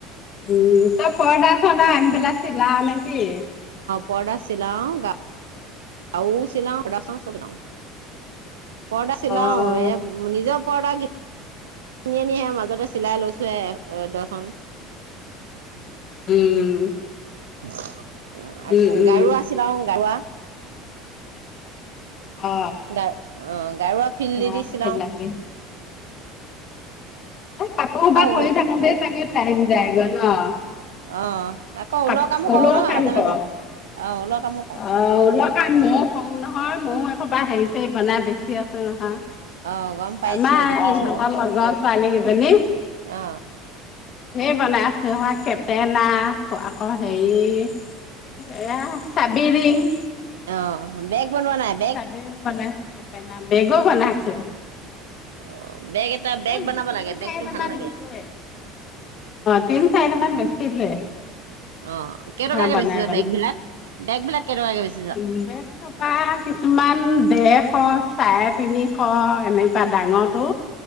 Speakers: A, on the left; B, on the right.
A: উম তই পৰ্দা চৰ্দা আনি পেলাই চিলা নে? কি?
B: পৰদা চিলাউ গা আৰুও চিলা অং চ গাম <unintelligible> পৰদা চিলাও
A: অ',
B: এ নিজপ কৰাগি কিনি আনিহে মাজতে চিলাই লৈছোহে দৰ্শন
A: উম
B: হয় <unintelligible> অ আ
A: উম, উম,
B: গাৰুৱা ছিলাউ গাৰুৱা
A: অ।
B: গা অ। গাৰুৱা ফিল্ড
A: সেয়া
B: দি -দি চিলাউ।
A: চিলাবি। কাপোৰ সোপা কৰি
B: ঊল
A: থাকোতে চাগে টাইম যায় গৈ ন।
B: অ আকৌ
A: ক
B: ঊলৰ কামো
A: ঊলও
B: কৰো নহয়
A: কাম
B: মাজে
A: কৰ
B: মাজে অ ঊলৰ কামো কৰো
A: অ ঊল কাম ময়ও কৰো নহয় ময়ও একোবাৰ হেৰিছে বনাই বেছি চি আছে নহয়।
B: অ গম পাইছো
A: আমা
B: দেখিছো
A: ইহঁতৰ লগৰ ছোৱালী কেইজনী
B: অ
A: স বনাই আছো হ চেনা আকৌ হেৰি এয়া চাবিৰিং
B: অ বেগ বনোৱা নাই বেগ
A: চাবিৰিং বনাইছো কেপ ন বেগো বনাইছো।
B: অ। বেগ এটা বেগ
A: এ
B: বনাব
A: তিনি
B: লাগে
A: চাৰিটা
B: বেগটো ভাল
A: মান
B: লাগে
A: দিলোৱে তিনি
B: অ
A: চাৰিটা মান বেচিলোৱে
B: অ কেইটকাকে
A: ঘৰ বনাই
B: বেচিছে বেগ বিলাক বেগ বিলাক কেইটকা কে বেচিছ?
A: উ বেগ থকা কিছুমান বেগ এশ চাৰে তিনিশ এনে তাত ডাঙৰটো